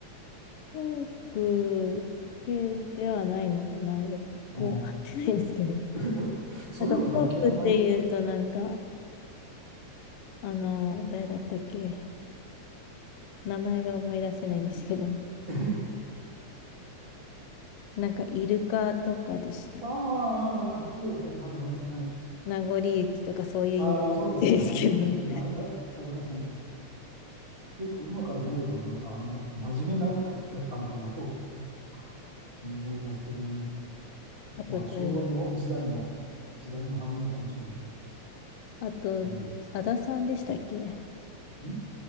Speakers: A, on the left; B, on the right.
A: フォーク系ではないのかなよくわかってないんですけど。
B: あー <laughs> そういえば最近あんまり、
A: なんかフォークって言うとなんか、
B: <laughs>
A: あの、誰だったっけ名前が思い出せないんですけど、
B: あー
A: なんかイルカとかでしたっけ
B: あー、あーそうですね。はいはいはい。
A: 名残雪とかそういうイメージですけどね。
B: ああ、そうですね。はい。確かに。あ、<laughs> あありましたね。結構今から思えば、なんかあの、真面目な歌だったのかな、フォークって、思いますけどね。
A: <laughs> あと誰で
B: まあ、昭和の時代の、時代の繁栄かもしれない。
A: あと、
B: うん。
A: さださんでしたっけ
B: ん